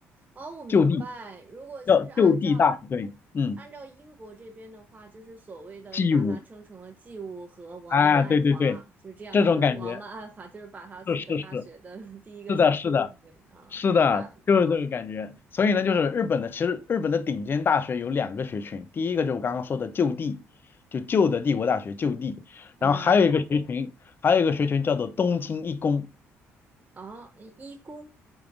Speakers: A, on the right; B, on the left.
A: 哦，我明白。
B: 就地
A: 如果就是按照
B: 叫就地大，对，嗯
A: 按照英国这边的话，就是所谓的把它称成了季物和王曼爱华，
B: ，G 五，啊，对对对，
A: 就是这样。
B: 这种感觉
A: 就是王曼爱华，就是把他四个大学的
B: 是是是
A: <laughs> 第一个首
B: 是的是的。
A: 对啊，
B: 是的，
A: 明白了，明白了。
B: 就是这个感觉。所以呢，就是日本的，其实日本的顶尖大学有两个学群，第一个就是我刚刚说的就地，就旧的帝国大学就地，
A: 啊
B: 然后还有一个学群，还有一个学群叫做东京一工，
A: 哦，一工